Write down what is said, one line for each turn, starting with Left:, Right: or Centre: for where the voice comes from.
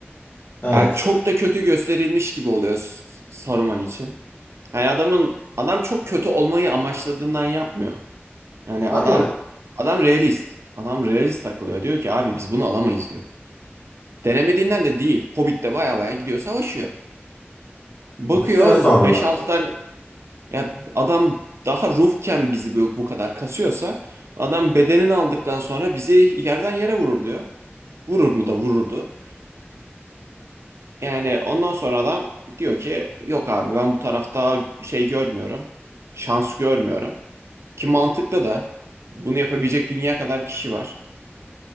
Left: Evet.
Right: Yani çok da kötü gösterilmiş gibi oluyor S- Saruman için. Hani adamın adam çok kötü olmayı amaçladığından yapmıyor. Yani
Left: Aynen.
Right: adam adam realist. Adam realist takılıyor. Diyor ki abi biz bunu alamayız diyor. Denemediğinden de değil. Hobbit'te baya baya gidiyor savaşıyor. Bakıyor
Left: Bir süre sonra
Right: beş altı
Left: bence
Right: tane
Left: de.
Right: ya adam daha ruhken bizi bu, bu kadar kasıyorsa adam bedenini aldıktan sonra bizi yerden yere vurur diyor. Vurur mu da vururdu. Yani ondan sonra adam diyor ki yok abi ben bu tarafta şey görmüyorum. Şans görmüyorum. Ki mantıklı da bunu yapabilecek dünya kadar kişi var.